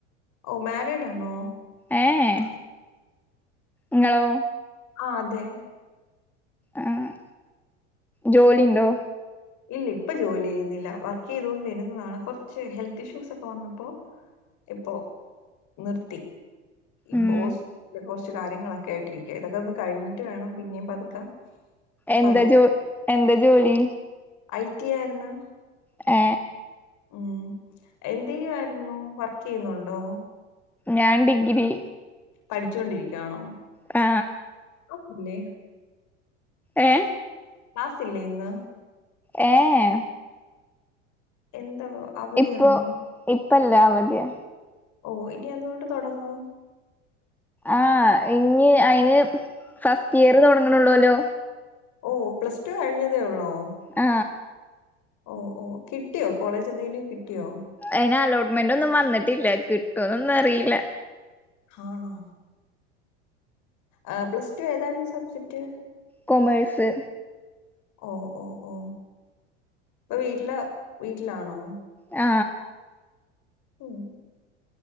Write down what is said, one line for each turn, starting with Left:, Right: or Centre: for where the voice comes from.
Left: ഓ മാരിഡ് ആണോ
Centre: ഏ എ ങ്ങളോ
Left: ആ അതെ
Centre: ആഹ് ജോലി ണ്ടോ
Left: ഇല്ല ഇപ്പൊ ജോലി ചെയ്യുന്നില്ല വർക്ക് ചെയ്തൊണ്ടിരുന്നതാണ് കൊറച്ച് ഹെൽത്ത് ഇഷ്യൂസ് ഒക്കെ വന്നപ്പോ ഇപ്പൊ നിർത്തി ഈപ്പോസ്
Centre: ഉം
Left: ഹോസ് കാര്യങ്ങളൊക്കെ ആയിട്ടിരിക്ക ഇതൊക്കെ ഒന്ന് കഴിഞ്ഞിട്ട് വേണം പിന്നെയും പതുക്കെ
Centre: എന്താ
Left: പഴയ
Centre: ജോ എന്താ ജോലി
Left: ഐ ടി ആയിരുന്നു
Centre: ഏ
Left: ഉം എന്തെയ്യുവായിര്ന്നു വർക്കെയ്യ്ന്നുണ്ടോ?
Centre: ഞാൻ ഡിഗ്രി
Left: പഠിച്ചാേണ്ടിരിക്കുവാണോ
Centre: ആ
Left: പിന്നെ
Centre: ഏ
Left: ക്ലാസ്സില്ലെ ഇന്ന്
Centre: ഏ എ
Left: എന്തോ അവധി
Centre: ഇപ്പൊ
Left: ആണോ
Centre: ഇപ്പല്ല അവധ്യാ
Left: ഓ ഇനി എന്ന്തൊട്ട് താെടങ്ങും
Centre: ആ ഇനി അയ്ന് ഫസ്റ്റിയറ് തൊട്ങ്ങ്ണാെള്ളാേലാേ
Left: ഓ പ്ലസ് ടു കഴിഞ്ഞതേ ഒള്ളോ
Centre: ആ
Left: ഓ ഓ കിട്ടിയോ കോളേജെന്തെങ്കിലും കിട്ടിയോ
Centre: അയ്ന് അലോട്ട്മെന്റാെന്നും വന്നിട്ടില്ല കിട്ടോന്നൊന്നും അറീല
Left: ഹാണോ ആ പ്ലസ്ടു ഏതായ്ര്ന്നു സബ്ജെക്ട്
Centre: കൊമേഴ്സ്
Left: ഓ ഓ ഓ പ്പൊ വീട്ടില് വീട്ട്ലാണോ
Centre: ആ
Left: ഉം